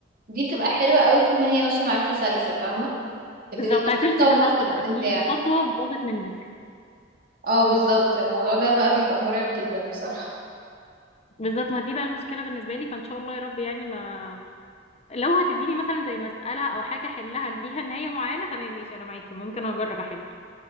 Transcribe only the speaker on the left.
بالظبط
عطلتي في
النص بقى
في خطوه باظت منك
بالظبط ما دي بقى المشكله بالنسبه لي فان شاء الله يا رب يعني ما لو هتديني مثلا زي مساله او حاجه احلها ليها نهايه معينه تمام ماشي انا معاكي ممكن اجرب احل